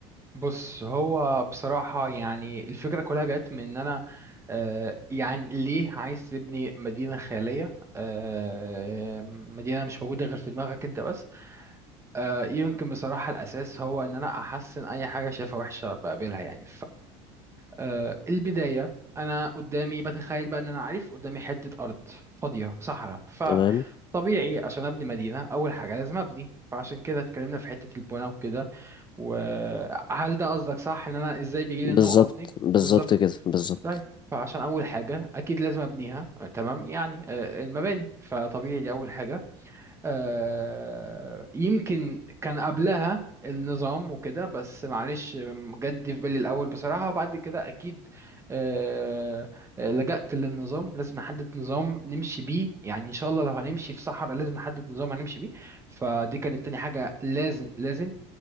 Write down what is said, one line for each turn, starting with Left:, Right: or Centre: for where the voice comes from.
Right: بص هو بصراحة يعني الفكرة كلها جت من إن أنا آه، يعني ليه عايز تبني مدينة خيالية آه، مدينة مش موجودة غير في دماغك أنت بس آه، يمكن بصراحة الأساس هو إن أنا أحسن أي حاجة شايفها وحشة بقابلها يعني فالبداية أنا قدامي بتخيل بقى إن أنا عارف قدامي حتة أرض فاضية صحراء فطبيعي
Left: تمام
Right: عشان أبني مدينة أول حاجة لازم أبني فعشان كده اتكلمنا في حتة البناء وكده وهل ده قصدك صح ان انا ازاي بيجي لي
Left: بالظبط
Right: النقط دي
Left: بالظبط
Right: بالظبط
Left: كده بالظبط
Right: طيب فعشان اول حاجه اكيد لازم ابنيها آه، تمام يعني آه، المباني فطبيعي دي اول حاجه آه، يمكن كان قبلها النظام وكده بس معلش جد في بالي الاول بصراحه وبعد كده اكيد آه، آه، لجأت للنظام لازم نحدد نظام نمشي بيه يعني ان شاء الله لو هنمشي في صحراء لازم نحدد نظام هنمشي بيه فدي كانت تاني حاجه لازم لازم